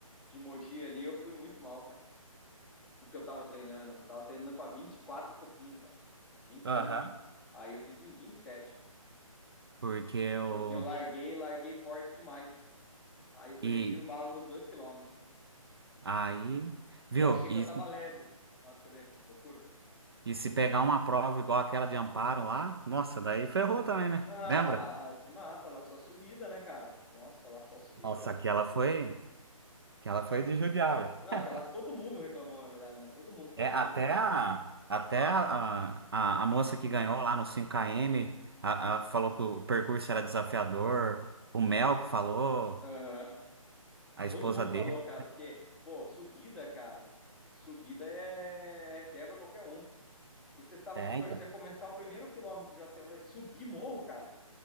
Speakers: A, in the centre; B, on the right (about 45°).
A: de Mogi ali, eu fui muito mal, cara. Porque eu tava treinando. Eu tava treinando pra 24 e quatro e pouquinho, cara. 25.
B: Aham.
A: Aí eu fiz em 27.
B: Porque eu.
A: Porque eu larguei, larguei forte demais. Aí eu perdi
B: E
A: o embalo nos dois quilômetros.
B: aí, viu?
A: E eu achei que
B: E,
A: eu tava leve. Olha pra você ver, loucura.
B: e se pegar uma prova igual aquela de Amparo lá, nossa, daí ferrou também, né?
A: Ah,
B: Lembra?
A: lá se mata, lá só subida, né, cara? Nossa, lá só subida.
B: Nossa, aquela foi. Aquela foi de judiar,
A: Não,
B: velho.
A: aquela todo mundo reclamou, na verdade, né? Todo mundo falou,
B: É, até
A: putz,
B: a, até a, a, a moça que ganhou lá no 5km a, a- falou que o percurso era desafiador. O Melco falou,
A: Aham.
B: a esposa
A: Todo mundo
B: dele.
A: falou, cara, porque, pô, subida, cara, subida é quebra qualquer um. Que você tá, vamos
B: É,
A: supor,
B: então.
A: você ia começar o primeiro quilômetro, já você vai subir morro, cara.